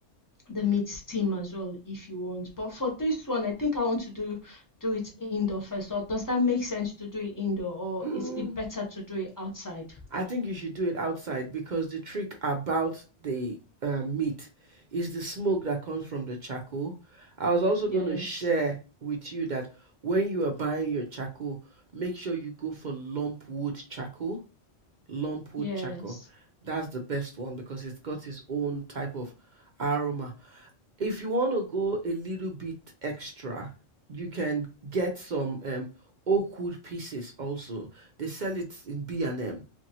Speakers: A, on the left; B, on the right.
A: the meat steam as well if you want. But for this one, I think I want to do do it indoor first. Or does that make sense to do it indoor, or
B: Mm,
A: is it better to do it outside?
B: I think you should do it outside because the trick about the uh, meat is the smoke that comes from the charcoal. I was also
A: Yes,
B: going to share with you that when you are buying your charcoal, make sure you go for lump wood charcoal. Lump wood
A: yes,
B: charcoal. That's the best one because it's got its own type of aroma. If you want to go a little bit extra, you can get some um, oak wood pieces also. They sell it in B&M